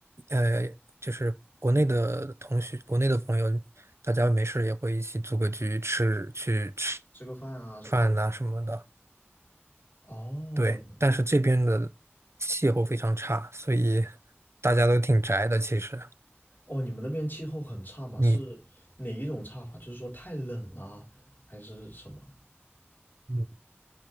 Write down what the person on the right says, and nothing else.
呃，就是国内的同学，国内的朋友，大家没事也会一起组个局吃，去吃
饭呐、什么的。
对，
但是这边的气候非常差，所以大家都挺宅的。其实
你
嗯